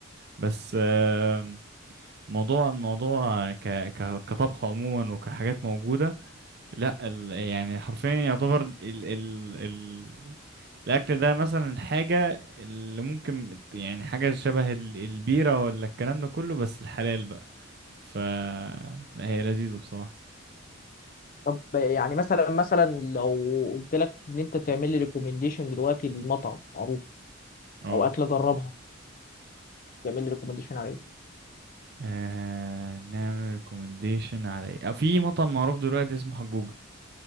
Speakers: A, on the right; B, on the left.
A: بس آم، موضوع الموضوع ك... ك... كطبخ عموما وكحاجات موجودة لا ال... يعني حرفيا يعتبر ال... ال... ال... الأكل ده مثلا حاجة اللي ممكن يعني حاجة شبه ال... البيرة ولا الكلام ده كله بس الحلال بقى ف لا هي لذيذة بصراحة
B: طب يعني مثلا مثلا لو قلت لك ان انت تعمل لي ريكومنديشن دلوقتي لمطعم معروف
A: اه
B: او اكله جربها تعمل لي ريكومنديشن عليه
A: آه، نعمل ريكومنديشن على ايه آه، في مطعم معروف دلوقتي اسمه حجوجة